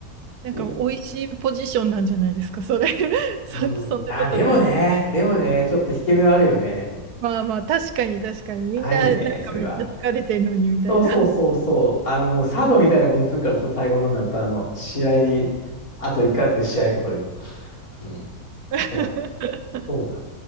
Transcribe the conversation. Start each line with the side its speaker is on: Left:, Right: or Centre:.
Right: なんか美味しいポジションなんじゃないですか、
Left: で
Right: それ。<laughs> そ、
Left: うん。
Right: そんなことない。
Left: あ、でもね、でもね、ちょっと引け目はあるよね。
Right: まあまあ、確かに確かに。みんななんかめっちゃ疲れてるのにみたいな。
Left: あるよね、それは。そうそうそうそう。あの、もうサードみたいなことするからさ、最後の方になると、あの、試合に、あと1ヶ月で試合とか言うと。うん。
Right: <laughs>
Left: そうなん。そうなん。